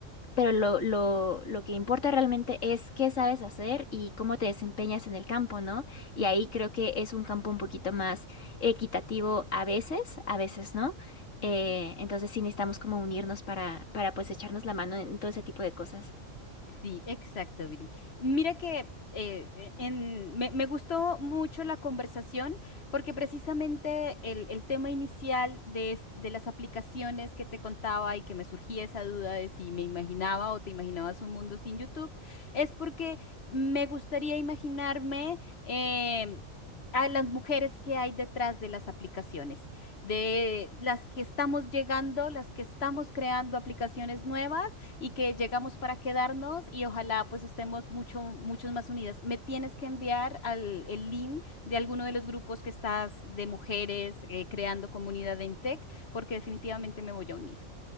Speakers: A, on the left; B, on the left.
A: pero lo, lo, lo que importa realmente es qué sabes hacer y cómo te desempeñas en el campo, ¿no? Y
B: ujú,
A: ahí creo que es un campo un poquito más equitativo a veces, a veces no.
B: ujú.
A: Eh, entonces sí necesitamos como unirnos para, para pues echarnos la mano en todo ese tipo de cosas.
B: Sí, exacto, Viri. Mira que eh, en- me, me gustó mucho la conversación porque precisamente el, el tema inicial de, es- de las aplicaciones que te contaba y que me surgía esa duda de si me imaginaba o te imaginabas un mundo sin YouTube, es porque me gustaría imaginarme em, a las mujeres que hay detrás de las aplicaciones, de las que estamos llegando, las que estamos creando aplicaciones nuevas y que llegamos para quedarnos y ojalá pues estemos mucho, muchos más unidas. Me tienes que enviar al, el link de alguno de los grupos que estás de mujeres eh, creando comunidad en Tech, porque definitivamente me voy a unir.